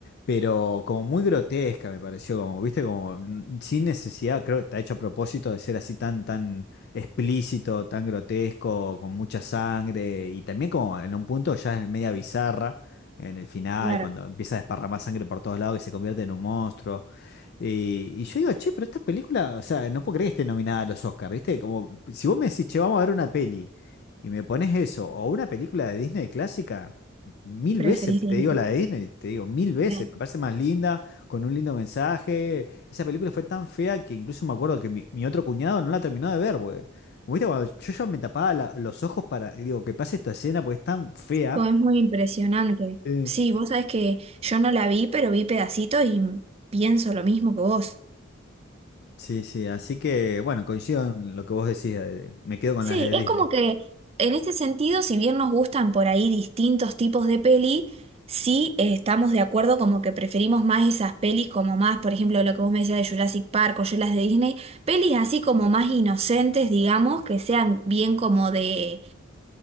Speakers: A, on the left (about 55°); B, on the right (about 30°).
A: pero como muy grotesca me pareció, como, viste, como mm, sin necesidad, creo que está hecho a propósito de ser así tan, tan explícito, tan grotesco, con mucha sangre, y también como en un punto ya es media bizarra. En el final,
B: Claro,
A: cuando empieza a desparramar sangre por todos lados, que se convierte en un monstruo. Eh, y yo digo, che, pero esta película, o sea, no puedo creer que esté nominada a los Oscars, ¿viste? Como si vos me decís, che, vamos a ver una peli y me pones eso, o una película de Disney clásica, mil
B: preferís
A: veces
B: Disney.
A: te digo la de Disney, te digo mil veces,
B: Sí.
A: me parece más linda, con un lindo mensaje. Esa película fue tan fea que incluso me acuerdo que mi, mi otro cuñado no la terminó de ver, güey. Como viste, cuando yo ya me tapaba la- los ojos para, digo, que pase esta escena porque es tan fea.
B: Tipo, Es muy impresionante.
A: Eh,
B: Sí, vos sabés que yo no la vi, pero vi pedacitos y pienso lo mismo que vos.
A: Sí, sí, así que bueno, coincido en lo que vos decís, eh, me quedo con
B: Sí,
A: las de
B: es
A: Disney.
B: como que en este sentido, si bien nos gustan por ahí distintos tipos de peli, sí eh, estamos de acuerdo como que preferimos más esas pelis como más, por ejemplo, lo que vos me decías de Jurassic Park o yo las de Disney, pelis así como más inocentes, digamos, que sean bien como de